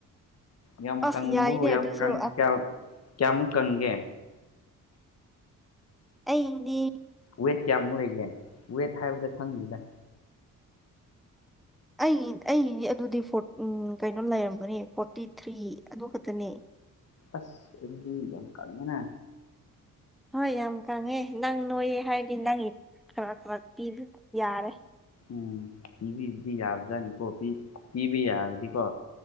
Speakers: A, on the left (about 50°); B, in the centre.
A: ꯌꯥꯝ
B: ꯑꯁ
A: ꯀꯪꯕꯨ
B: ꯌꯥꯏꯅꯦ
A: ꯌꯥꯝ
B: ꯑꯗꯨꯁꯨ
A: ꯀꯪ
B: ꯑꯁ
A: ꯀꯌꯥ ꯀꯌꯥꯝꯃꯨꯛ ꯀꯪꯒꯦ
B: ꯑꯩꯗꯤ
A: ꯋꯦꯠ ꯀ꯭ꯌꯥꯃꯨꯛ ꯂꯩꯒꯦ ꯋꯦꯠ ꯍꯥꯏꯕꯗ ꯈꯪꯅꯤꯗ
B: ꯑꯩ ꯑꯩꯒꯤ ꯑꯗꯨꯗꯤ ꯐꯣꯔꯠ ꯎꯝ ꯀꯩꯅꯣ ꯂꯩꯔꯝꯕꯅꯤ ꯐꯣꯔꯇꯤ ꯊ꯭ꯔꯤ ꯑꯗꯨ ꯈꯛꯇꯅꯦ
A: ꯑꯁ ꯑꯗꯨꯗꯤ ꯌꯥꯝ ꯀꯥꯪꯉꯦꯅ
B: ꯍꯣꯏ ꯌꯥꯝ ꯀꯪꯉꯦ ꯅꯪ ꯅꯣꯏꯌꯦ ꯍꯥꯏꯔꯗꯤ ꯅꯪ ꯈꯔ ꯈꯔ ꯄꯤꯕ ꯌꯥꯔꯦ
A: ꯎꯝ ꯄꯤꯕꯤꯕꯗꯤ ꯌꯥꯕꯖꯥꯠꯅꯤꯀꯣ ꯄꯤ ꯄꯤꯕ ꯌꯥꯔꯗꯤꯀꯣ